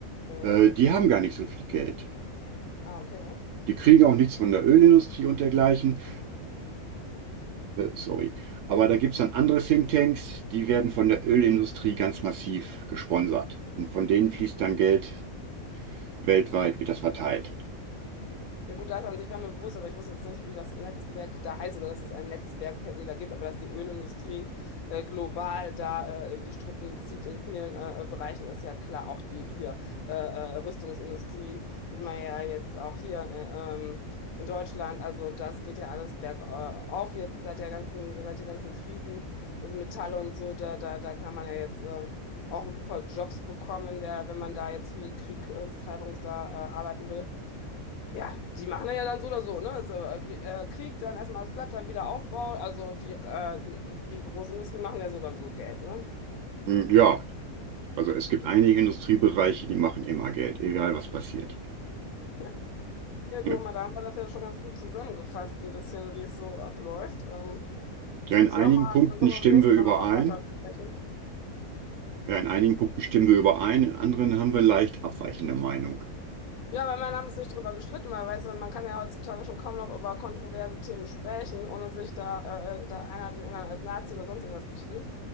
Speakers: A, on the left; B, on the right.
A: Mhm.
B: äh, die haben gar nicht so viel Geld.
A: Ah, okay.
B: Die kriegen auch nichts von der Ölindustrie und dergleichen. Äh, sorry. Aber da gibt es dann andere Think Tanks, die werden von der Ölindustrie ganz massiv gesponsert. Und von denen fließt dann Geld weltweit, wird das verteilt.
A: Ja gut, das an sich war mir bewusst, aber ich wusste jetzt nicht, wie das Netzwerk da heißt oder dass es ein Netzwerk per se da gibt, aber dass die Ölindustrie äh, global da äh, die Strippen zieht in vielen äh, äh, Bereichen, ist ja klar. Auch die hier äh, äh, Rüstungsindustrie sieht man ja jetzt auch hier äh, ähm, in Deutschland. Also das geht ja alles bergauf jetzt seit der ganzen, seit den ganzen Krisen, das Metalle und so, da, da, da kann man ja jetzt äh, auch super Jobs bekommen, der, wenn man da jetzt für die Kriegstreibung da äh, arbeiten will. Ja, die machen das ja dann so oder so, ne? Also, äh, wie- äh, Krieg, dann erstmal das Platt, dann wieder Aufbau. Also die, äh, die Großindustrie machen ja so oder so Geld, ne?
B: Mm, Ja, also es gibt einige Industriebereiche, die machen immer Geld, egal was passiert.
A: <laughs> Ja,
B: Ja,
A: du, mal, da haben wir das ja schon ganz gut zusammengefasst, ein bisschen, wie es so abläuft. Ähm,
B: ja, in
A: ich
B: einigen
A: sag mal,
B: Punkten
A: dann können
B: stimmen
A: wir beim nächsten
B: wir überein.
A: Mal nochmal weiter sprechen.
B: Ja, in einigen Punkten stimmen wir überein, in anderen haben wir leicht abweichende Meinung.
A: Ja, weil wir haben uns nicht drüber gestritten, weil weißt du, man kann ja heutzutage schon kaum noch über kontroverse Themen sprechen, ohne sich da, äh, äh, da einer den anderen als Nazi oder sonst irgendwas betitelt